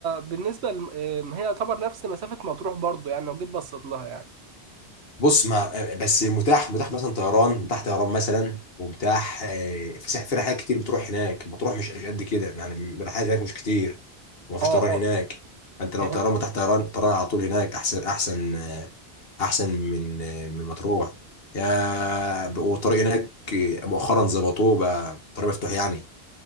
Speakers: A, on the right (about 80°); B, on the left (about 65°).
A: بالنسبه لم... ام، هي يعتبر نفس مسافه مطروح برضو يعني لو جيت بصيت لها يعني
B: بص ما بس متاح متاح مثلا طيران متاح طيران مثلا ومتاح آه، في سح- في رحلات كتير بتروح هناك بتروح مش مش قد كده يعني الرحلات هناك مش كتير ومفيش
A: اه
B: طيران
A: اه
B: هناك فانت
A: فهمت
B: لو طيران متاح طيران طيران على طول هناك احسن احسن آه، احسن من من مطروح يا والطريق هناك مؤخرا ظبطوه بقى طريق مفتوح يعني